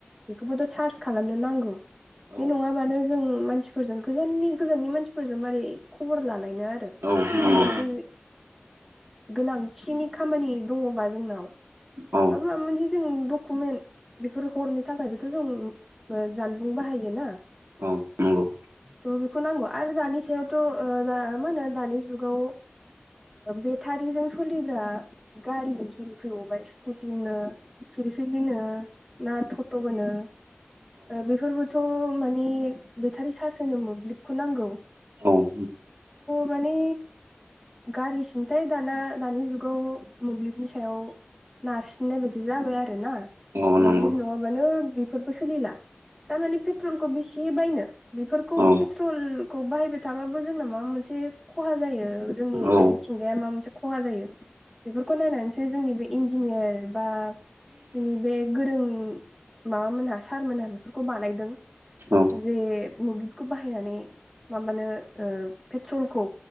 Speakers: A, in the centre; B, on the right.
A: बेखौबोथ' सार्च खालामनो नांगौ
B: औ
A: बे नङाबानो। जों मानसिफोरजों गोजाननि गोजाननि मानसिफोरजों मारै खबर लालायनो आरो।
B: औ नंगौ
A: माबा मोनसे गोनांथिनि। खामानि दङबा जोंनाव
B: औ
A: मा माबा मोनसे जों डकुमेन्ट। बेफोर हरनो थाखायबोथ' जों जानबुं बाहायोना
B: औ नंगौ
A: थ' बेखौ नांगौ आरो दानि सायावथ' मा होनो दानि जुगाव। बेटारिजों सोलिग्रा। गारि एरि फैबावबाय स्कुटिनो फिलफिलिनो। ना थथ' होनो बेफोरबाय। थ' मानि बेटारि चार्ज होनो मोब्लिबखौ नांगौ।
B: औ।
A: मानि गारिसिनथाय दाना दानि जुगाव मोब्लिबनि सायाव नारसिननाय बायदि जाबाय आरो ना।
B: औ नंगौ
A: मोब्लिब नङाबानो बेफोरबो सोलिला थारमानिे पेट्रलखौ बेसे बायनो। बेफोरखौ
B: औ
A: पेट्रलखौ बाहायबाय थाबाबो जोंना माबा मोनसे खहा जायो जोंनि।
B: औ
A: मिथिंगाया माबा मोनसे खहा जायो बेफोरखौ नायनानैसो जोंनि बे इन्जिनियार बा। जोंनि बे गोरों माबामोनहा सारमोनहा बेफोरखौ बानायदों।
B: औ
A: जे मोब्लिबखौ बाहायनानै माबानो पेट्रलखौ।